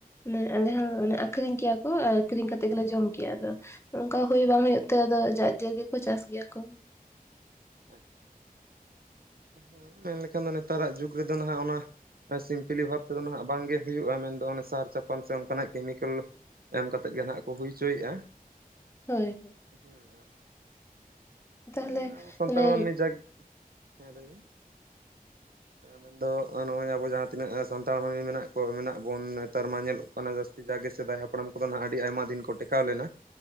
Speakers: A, on the left; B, on the right.
A: ᱢᱟᱱᱮ ᱟᱞᱮ ᱦᱚᱸᱮ ᱟᱠᱷᱨᱤᱧ ᱠᱮᱭᱟ ᱠᱚ ᱟᱠᱷᱨᱤᱧ ᱠᱟᱛᱮ ᱜᱮᱞᱮ ᱡᱚᱢ ᱠᱮᱭᱟ, ᱟᱫᱚ ᱚᱱᱠᱟ ᱦᱩᱭ ᱵᱟᱝ ᱦᱩᱭᱩᱜ ᱛᱮ ᱟᱫᱚ ᱡᱟᱠᱜᱮ ᱨᱮ ᱜᱮᱠᱚ ᱪᱟᱥ ᱜᱮᱭᱟ ᱠᱚ ᱾
B: ᱟᱪᱪᱷᱟ ᱾ ᱦᱮᱸ, ᱢᱮᱱᱞᱮᱠᱷᱟᱱ ᱫᱚ ᱱᱮᱛᱟᱨ ᱟᱜ ᱡᱩᱜᱽ ᱨᱮᱫᱚ ᱱᱟᱦᱜ ᱚᱱᱟ ᱥᱤᱢᱯᱤᱞᱤ ᱦᱚᱨ ᱛᱮᱫᱚ ᱱᱟᱦᱜ ᱵᱟᱝᱜᱮ ᱦᱩᱭᱩᱜᱼᱟ ᱢᱮᱱᱫᱚ ᱚᱱᱮ ᱥᱟᱨ ᱪᱟᱯᱟᱱ ᱥᱮ ᱚᱱᱠᱟ ᱱᱟᱜ ᱠᱮᱢᱤᱠᱮᱞ ᱮᱢ ᱠᱟᱛᱮ ᱜᱮ ᱱᱟᱸᱜ ᱠᱚ ᱦᱩᱭ ᱦᱚᱪᱚᱭᱮᱫᱼᱟ ᱾
A: ᱦᱳᱭ ᱦᱳᱭ ᱾
B: ᱦᱮᱸ ᱾ ᱦᱮᱸ,
A: ᱛᱟᱦᱚᱞᱮ
B: ᱟᱵᱚ ᱥᱟᱱᱛᱟᱲ
A: ᱢᱟᱱᱮ
B: ᱢᱟᱹᱱᱢᱤ ᱡᱟᱠ ᱦᱮᱸ ᱞᱟᱹᱭ ᱢᱮ ᱢᱮᱱ ᱾ ᱟᱫᱚ ᱱᱚᱜᱼᱚᱭ ᱟᱵᱚ ᱡᱟᱦᱟᱸ ᱛᱤᱱᱟᱹᱜ ᱥᱟᱱᱛᱟᱲ ᱦᱚᱭ ᱢᱮᱱᱟᱜ ᱠᱚ ᱢᱮᱱᱟᱜ ᱵᱚᱱ ᱱᱮᱛᱟᱨ ᱢᱟ ᱧᱮᱞᱚᱜ ᱠᱟᱱᱟ ᱡᱟᱹᱥᱛᱤ ᱡᱟᱜᱮ ᱥᱮᱫᱟᱭ ᱦᱟᱯᱲᱟᱢ ᱠᱚᱫᱚ ᱱᱟᱦᱟᱸᱜ ᱟᱹᱰᱤ ᱟᱭᱢᱟ ᱫᱤᱱ ᱠᱚ ᱴᱮᱠᱟᱣ ᱞᱮᱱᱟ